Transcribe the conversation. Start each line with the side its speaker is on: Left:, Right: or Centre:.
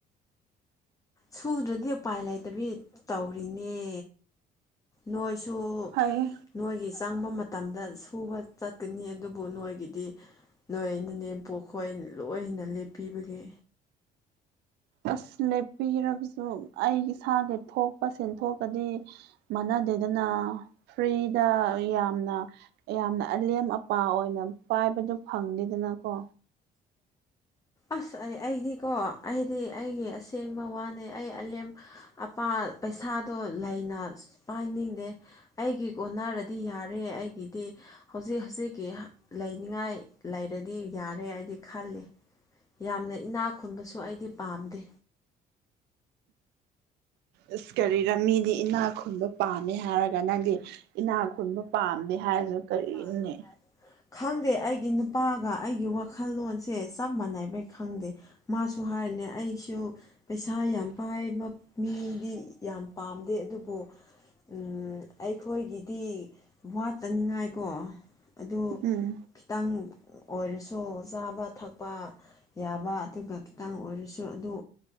Left: ꯁꯨꯗ꯭ꯔꯗꯤ ꯎꯄꯥꯏ ꯂꯩꯇꯕꯤ ꯇꯧꯔꯤꯅꯦ ꯅꯣꯏꯁꯨ
Right: ꯐꯩꯌꯦ
Left: ꯅꯣꯏꯒꯤ ꯆꯪꯕ ꯃꯇꯝꯗ ꯁꯨꯕ ꯆꯠꯀꯅꯤ ꯑꯗꯨꯕꯨ ꯅꯣꯏꯒꯤꯗꯤ ꯅꯣꯏ ꯅꯅꯦꯝꯄꯣꯛꯈꯣꯏ ꯂꯣꯏ ꯂꯦꯞꯄꯤꯕꯒꯤ
Right: ꯑꯁ ꯂꯦꯞꯄꯤꯔꯕꯁꯨ ꯑꯩ ꯏꯁꯥꯒꯤ ꯊꯣꯛꯄ ꯁꯦꯟꯊꯣꯛꯀꯗꯤ ꯃꯥꯟꯅꯗꯦꯗꯅ ꯐ꯭ꯔꯤꯗ ꯌꯥꯝꯅ ꯌꯥꯝꯅ ꯑꯂꯦꯝ ꯑꯄꯥ ꯑꯣꯏꯅ ꯄꯥꯏꯕꯗꯣ ꯐꯪꯗꯦꯗꯅꯀꯣ
Left: ꯑꯁ ꯑꯩ ꯑꯩꯗꯤꯀꯣ ꯑꯩꯗꯤ ꯑꯩꯒꯤ ꯑꯁꯦꯡꯕ ꯋꯥꯅꯦ ꯑꯩ ꯑꯂꯦꯝ ꯑꯄꯥ ꯄꯩꯁꯥꯗꯣ ꯂꯩꯅ ꯄꯥꯏꯅꯤꯡꯗꯦ ꯑꯩꯒꯤ ꯀꯣꯟꯅꯔꯗꯤ ꯌꯥꯔꯦ ꯑꯩꯒꯤꯗꯤ ꯍꯧꯖꯤꯛ ꯍꯧꯖꯤꯛꯀꯤ ꯂꯩꯅꯤꯡꯉꯥꯏ ꯂꯩꯔꯗꯤ ꯌꯥꯔꯦ ꯍꯥꯏꯗꯤ ꯈꯜꯂꯤ ꯌꯥꯝꯅ ꯏꯅꯥꯛ ꯈꯨꯟꯕꯁꯨ ꯑꯩꯗꯤ ꯄꯥꯝꯗꯦ
Right: ꯑꯁ ꯀꯔꯤꯔ ꯃꯤꯗꯤ ꯏꯅꯥ ꯈꯨꯟꯕ ꯄꯥꯝꯃꯦ ꯍꯥꯏꯔꯒ ꯅꯪꯗꯤ ꯏꯅꯥ ꯈꯨꯟꯕ ꯄꯥꯝꯗꯦ ꯍꯥꯏꯔꯁꯨ ꯀꯔꯤꯅꯣꯅꯦ
Left: ꯣ <unintelligible> ꯈꯪꯗꯦ ꯑꯩꯒꯤ ꯅꯨꯄꯥꯒ ꯑꯩꯒꯤ ꯋꯥꯈꯜꯂꯣꯟꯁꯦ ꯆꯞ ꯃꯥꯟꯅꯅꯕꯩ ꯈꯪꯗꯦ ꯃꯥꯁꯨ ꯍꯥꯏꯅꯦ ꯑꯩꯁꯨ ꯄꯩꯁꯥ ꯌꯥꯝ ꯄꯥꯏꯕ ꯃꯤꯗꯤ ꯌꯥꯝ ꯄꯥꯝꯗꯦ ꯑꯗꯨꯕꯨ ꯎꯝ ꯑꯩꯈꯣꯏꯒꯤꯗꯤ ꯋꯥꯠꯇꯅꯤꯡꯉꯥꯏꯀꯣ ꯑꯗꯨ
Right: ꯎꯝ
Left: ꯈꯤꯇꯪ ꯑꯣꯏꯔꯁꯨ ꯆꯥꯕ ꯊꯛꯄ ꯌꯥꯕ ꯑꯗꯨꯒ ꯈꯤꯇꯪ ꯑꯣꯏꯔꯁꯨ ꯑꯗꯨ